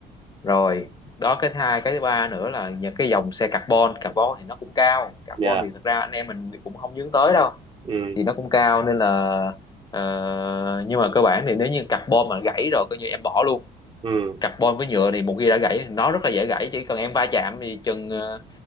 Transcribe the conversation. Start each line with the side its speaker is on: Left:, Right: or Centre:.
Left: rồi đó cái thứ hai cái thứ ba nữa là những cái dòng xe carbon carbon thì nó cũng cao carbon
Right: dạ
Left: thì thật ra anh em mình cũng không hướng tới đâu
Right: ừ
Left: thì nó cũng cao nên là ờ, nhưng mà cơ bản thì nếu như carbon mà gãy rồi coi như em bỏ luôn
Right: ừ
Left: carbon với nhựa thì một khi đã gãy thì nó rất là dễ gãy chỉ cần em va chạm thì chừng ờ,